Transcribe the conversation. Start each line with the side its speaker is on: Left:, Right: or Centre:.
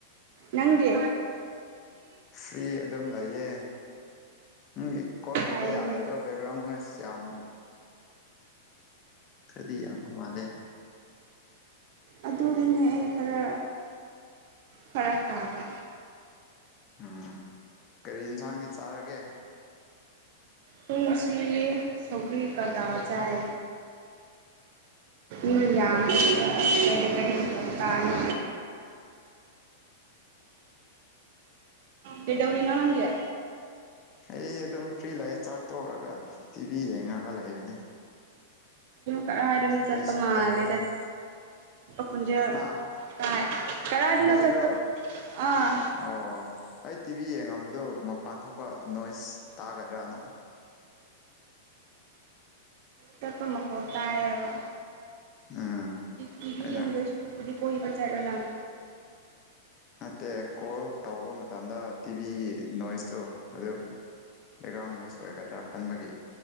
Right: ꯅꯪꯗꯤ
Left: ꯐ꯭ꯔꯤ ꯑꯦꯗꯝ ꯂꯥꯏꯌꯦꯦ ꯎ ꯀꯣꯜ ꯇꯧꯕ
Right: ꯐꯩꯅꯦ
Left: ꯌꯥꯒꯗ꯭ꯔꯣ ꯕꯦꯛꯒ꯭ꯔꯥꯎꯟ ꯅꯣꯏꯁ ꯌꯥꯝ ꯗꯤ ꯌꯥ ꯃꯥꯂꯦ
Right: ꯑꯗꯨꯗꯅꯦ ꯑꯩ ꯈꯔ ꯐꯔꯛ ꯇꯥꯕ
Left: ꯎꯝ ꯀꯔꯤ ꯌꯦꯟꯁꯥꯡꯗꯤ ꯆꯥꯔꯒꯦ
Right: ꯄꯨꯡ ꯑꯁꯤ ꯁꯧꯒꯔꯤ ꯀꯗꯥꯥꯎ ꯆꯥꯏ ꯎ ꯌꯥꯝꯆ ꯀꯔꯤ ꯇꯥꯅꯤ ꯂꯩꯗꯥꯧꯔꯤꯅꯣ ꯅꯡꯒꯌꯥ
Left: ꯑꯩ ꯑꯗꯨꯝ ꯐ꯭ꯔꯤ ꯂꯩꯑꯦ ꯆꯥꯛ ꯇꯧꯔꯒ ꯇꯤꯚꯤ ꯌꯦꯡꯉꯒ ꯂꯩꯕꯅꯦ
Right: ꯅ ꯑꯅ ꯆꯄ
Left: ꯀꯩꯁꯨ
Right: ꯃꯥꯂ
Left: ꯇꯧꯅꯤꯡꯉꯥꯏ
Right: ꯈꯨꯟꯖꯦ
Left: ꯍꯥ
Right: ꯇꯥꯏ ꯀꯔꯥꯏꯗꯨꯅꯣ
Left: ꯍꯧꯖꯤꯛꯔꯣ
Right: ꯆꯠꯄ ꯑꯥ
Left: ꯑꯣ ꯑꯩ ꯇꯤꯚꯤ ꯌꯦꯡꯉꯝꯕꯗꯨ ꯃꯄꯥꯟ ꯊꯣꯛꯄ ꯅꯣꯏꯁ ꯇꯥꯒꯗ꯭ꯔꯅ
Right: ꯆꯄ ꯃꯀ ꯇꯕ
Left: ꯎꯝ
Right: ꯀꯤꯚꯤ
Left: ꯑꯩꯅ
Right: ꯌꯦꯡꯗꯣꯏꯁꯨ ꯑꯗꯨꯝꯕꯨꯗꯤ ꯀꯣꯏꯕ ꯆꯥꯏꯔꯣ ꯅꯪ
Left: ꯅꯠꯇꯦ ꯀꯣꯜ ꯇꯧꯕ ꯃꯇꯝꯗ ꯇꯤꯚꯤꯒꯤ ꯅꯣꯏꯁꯇꯣ ꯑꯗꯨ ꯕꯦꯛꯒ꯭ꯔꯥꯎꯟ ꯅꯣꯏꯁ ꯑꯣꯏꯒꯗ꯭ꯔꯥ ꯈꯟꯕꯒꯤ